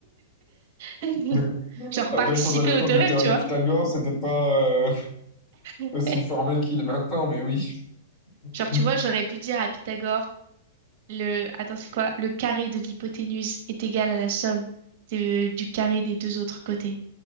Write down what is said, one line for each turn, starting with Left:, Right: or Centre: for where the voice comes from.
Right: <laughs>
Left: <laughs>
Right: genre
Left: Après,
Right: participer
Left: je pense à l'époque,
Right: au théorème,
Left: le théorème
Right: tu vois.
Left: de Pythagore, c'était pas, euh, <laughs>
Right: <laughs>
Left: aussi formel qu'il est maintenant, mais oui. <laughs>
Right: Genre, tu vois, j'aurais pu dire à Pythagore, le, attends, c'est quoi? Le carré de l'hypoténuse est égal à la somme de- du carré des deux autres côtés.